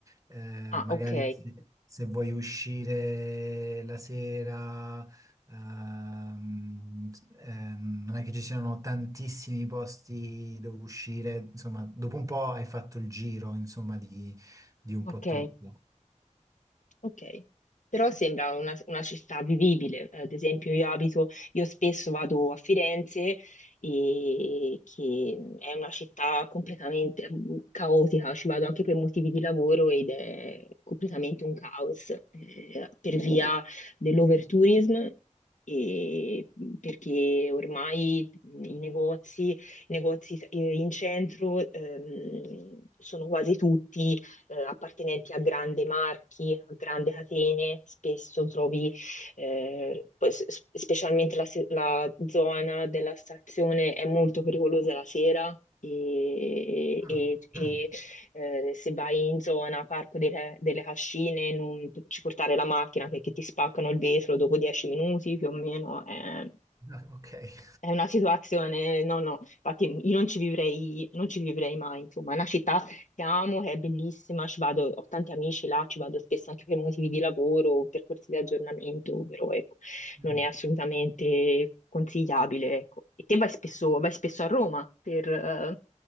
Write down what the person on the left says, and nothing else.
Ah,
ok,
ok.
Ok, però sembra una, una città vivibile. Eh, Ad esempio, io abito, io spesso vado a Firenze, e che è una città completamente mm, caotica, ci vado anche per motivi di lavoro ed è completamente un caos, eh, per via dell'overtourism. E perché ormai i negozi, i negozi eh, in centro ehm, sono quasi tutti eh, appartenenti a grandi marchi, a grandi catene, spesso trovi, eh, poi s- s- specialmente la, se- la zona della stazione è molto pericolosa la sera. E,
e-
e, eh, se vai in zona Parco delle, delle Cascine, non ci portare la macchina perché ti spaccano il vetro dopo 10 minuti più o meno. eh.
È una situazione, no, no, infatti io non ci vivrei, non ci vivrei mai, insomma, è una città che amo, che è bellissima, ci vado, ho tanti amici là, ci vado spesso anche per motivi di lavoro, per corsi di aggiornamento, però ecco,
non è assolutamente consigliabile, ecco. E te vai spesso, vai spesso a Roma per, eh,